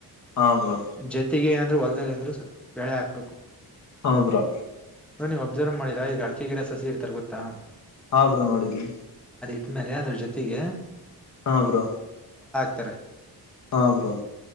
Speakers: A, on the left; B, in the centre.
A: ಹಾ ಬ್ರೋ
B: ಜತೆಗೆ ಏನಂದ್ರು ಹೊಲದಲ್ಲಿ ಅಂದ್ರು ಸ್ವಲ್ಪ ಬೆಳೆ ಹಾಕ್ಬೇಕು.
A: ಹಬ್ರೋ
B: ನೀವು ಅಬ್ಸರ್ವ್ ಮಾಡರಾ ಈಗ ಅಡಿಕೆ ಗಿಡ ಸಸಿ ಇಡ್ತ ಗೊತ್ತಾ.
A: ಹಾ ಬ್ರೋ ನೋಡಿದ್ದೀನಿ
B: ಆಮೇಲೆ ಅದ್ರ ಜೊತೆಗೆ
A: ಹಾ ಬ್ರ
B: ತ್ತ್ರ
A: ಹಾ ಬ್ರೋ